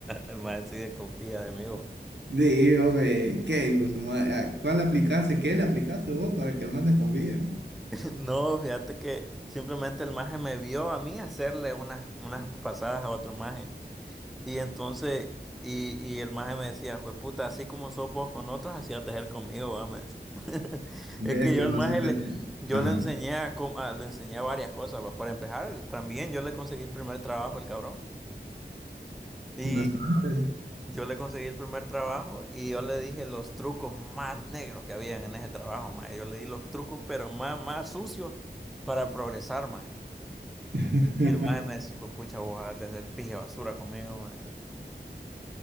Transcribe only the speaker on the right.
Digo, hombre, ¿qué hijo de su madre? ¿A ¿Cuál le aplicaste? ¿Qué le aplicaste vos para que el man te confíe? man?
Ves
que
uno
siempre
tiene.
Ajá,
no es para nada.
<laughs>